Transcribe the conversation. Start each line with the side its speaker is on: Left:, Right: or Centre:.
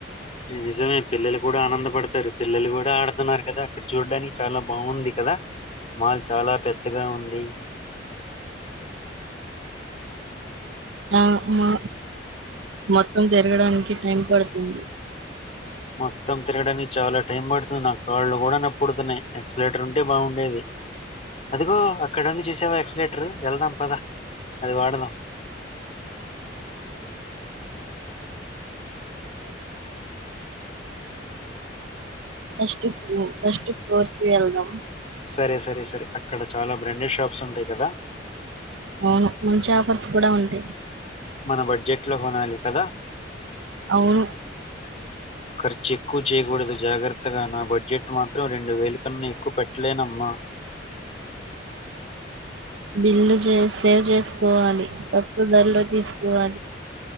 Left: నిజమే పిల్లలు కూడా ఆనంద పడతారు పిల్లలు కూడా ఆడుతున్నారు కదా అక్కడ చూడ్డానికి చాలా బాగుంది కదా మాల్ చాలా పెద్దగా ఉంది
Right: ఆ మా మొత్తం జరగడానికి టైం పడుతుంది
Left: మొత్తం తిరగడానికి చాలా టైం పడుతుంది నా కాళ్ు కూడా నప్పుడుతున్నాయి ఎక్సలేటర్ ఉంటే బాగుండేది అదిగో అక్కడ ఉంది చూసావా ఎక్సలేటరు ఎళ్దాంపదా అది వాడదా
Right: ఫస్ట్ ఫో ఫస్ట్ ఫోర్ కే ఎళ్దాం
Left: సరే సరే సరే అక్కడ చాలా బ్రాండెడ్ షాప్స్ ఉంటాయి కదా
Right: అవును మంచి ఆఫర్స్ కూడా ఉంటాయి
Left: మన బడ్జెట్ లో కొనాలి కదా
Right: అవును
Left: ఖర్చు ఎక్కువ చేయకూడదు జాగ్రత్తగా నా బడ్జెట్ మాత్రం రెండు వేలు కన్నా ఎక్కువ పెట్టలేనమ్మా
Right: బిల్లు సేవ్ చేసుకోవాలి తప్పుకు దర్లో తీసు ఓ అది